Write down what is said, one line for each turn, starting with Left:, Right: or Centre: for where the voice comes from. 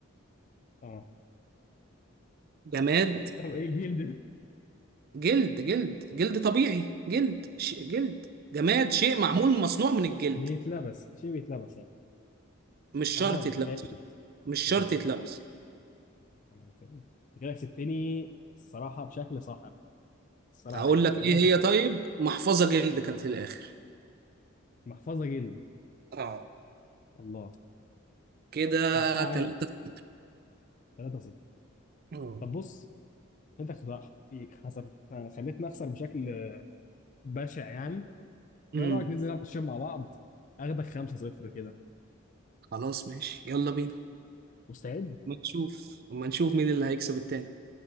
Left: اه
Right: جماد
Left: <laughs> طب ايه جلد ده؟
Right: جلد جلد جلد طبيعي جلد ش... جلد جماد شيء معمول مصنوع من الجلد
Left: بيتلبس شيء بيتلبس يعني
Right: مش شرط
Left: تمام
Right: يتلبس
Left: فاهم
Right: مش شرط
Left: فاهم
Right: يتلبس
Left: تمام فاهم أنت كده كسبتني الصراحه بشكل صاحب الصراحه
Right: هقول
Left: يعني
Right: لك
Left: 3
Right: ايه هي
Left: 0
Right: طيب محفظة جلد كانت في الاخر
Left: محفظه جلد
Right: اه
Left: الله
Right: كده
Left: صعبتها عليا
Right: تلاتة
Left: 3 0
Right: اه
Left: طب بص انت خسرت خسرت خليتني اخسر بشكل بشع يعني
Right: امم
Left: فايه رايك ننزل نلعب الشوط مع بعض اخدك 5 0 كده
Right: خلاص ماشي يلا بينا
Left: مستعد
Right: ما نشوف ما نشوف مين اللي هيكسب التاني